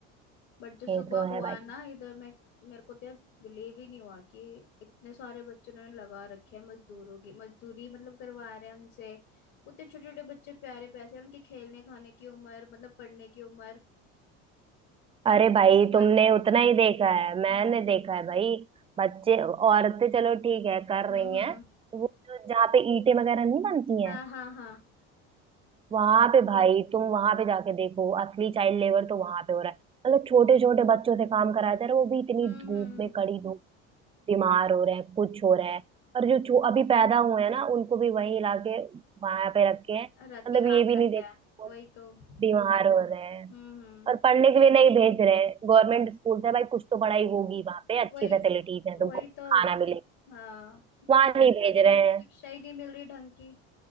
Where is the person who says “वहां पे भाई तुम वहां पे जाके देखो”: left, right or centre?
Right